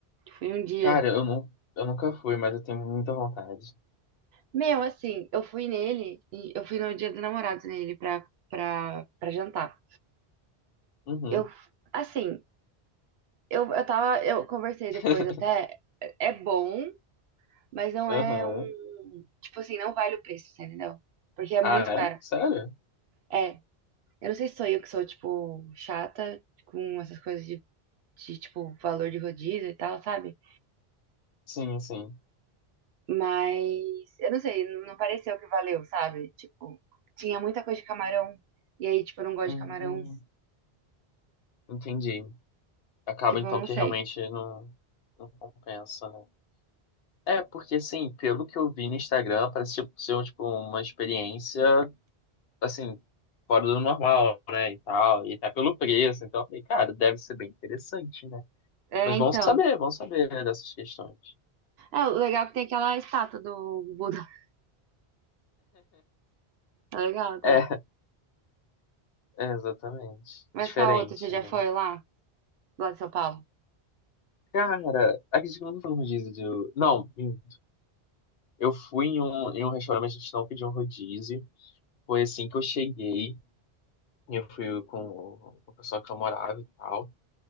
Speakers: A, on the right (about 75°); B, on the left (about 65°).
A: Fui um dia.
B: Cara, eu, não, eu nunca fui, mas eu tenho muita vontade.
A: Meu, assim, eu fui nele e eu fui no dia dos namorados nele pra, pra, pra jantar.
B: Uhum.
A: Eu, assim, eu, eu tava, eu conversei
B: <laughs>
A: depois até. É bom, Mas não
B: Aham.
A: é um. Tipo assim, não vale o preço, você entendeu? Porque é muito
B: Ah, é?
A: caro.
B: Sério?
A: É. Eu não sei se sou eu que sou, tipo, chata com essas coisas de, de, tipo, valor de rodízio e tal, sabe?
B: Sim, sim.
A: Mas eu não sei, não pareceu que valeu, sabe? Tipo, tinha muita coisa de camarão. E aí, tipo, eu não gosto
B: Hum,
A: de camarão.
B: entendi. Acaba
A: Tipo,
B: então
A: eu não
B: que
A: sei.
B: realmente não, não compensa, né? É, porque assim, pelo que eu vi no Instagram, parece tipo, ser tipo, uma experiência, assim, fora do normal, né? E tal, e tá pelo preço. Então eu falei, cara, deve ser bem interessante, né?
A: É,
B: Mas
A: então.
B: vamos saber, vamos saber dessas questões.
A: É, o legal é que tem aquela estátua do Buda. <laughs> É legal, tá?
B: É, <laughs> é, exatamente.
A: Mas
B: Diferente,
A: qual outra? Você já
B: né?
A: foi lá? Lá de São Paulo?
B: Cara, acredito que eu nunca fui no rodízio do. Não, hum, eu fui em um, em um restaurante, a gente não pediu um rodízio. Foi assim que eu cheguei. Eu fui com, o- com o pessoal que eu morava e tal.